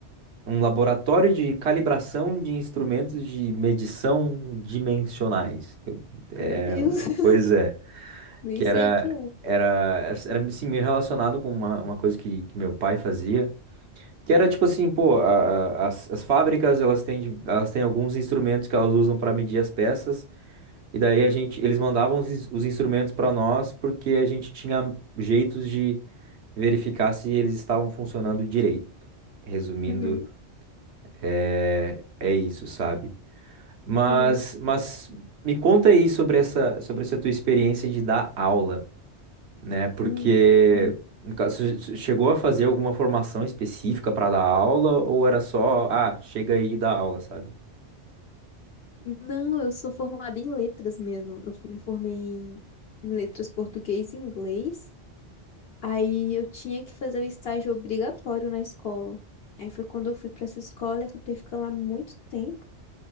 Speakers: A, on the right (about 65°); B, on the left (about 60°).
A: um laboratório de calibração de instrumentos de medição dimensionais. Eu- é,
B: Meu Deus,
A: pois
B: <laughs>
A: é,
B: nem
A: que
B: sei
A: era
B: o que é.
A: era era assim, meio relacionado com uma, uma coisa que, que meu pai fazia, que era tipo assim, pô, a- a- as, as fábricas elas têm de- elas têm alguns instrumentos que elas usam para medir as peças e daí a gente, eles mandavam os, ins- os instrumentos para nós porque a gente tinha jeitos de verificar se eles estavam funcionando direito. Resumindo,
B: Uhum,
A: é, é isso, sabe? Mas,
B: uhum,
A: mas me conta aí sobre essa, sobre essa tua experiência de dar aula, né? Porque
B: uhum, uhum.
A: no caso, você você chegou a fazer alguma formação específica para dar aula ou era só, ah, chega aí e dá aula, sabe?
B: Não, eu sou formada em letras mesmo. Eu me formei em em letras português e inglês. Aí eu tinha que fazer o estágio obrigatório na escola. Aí foi quando eu fui pra essa escola e acabei ficando lá muito tempo.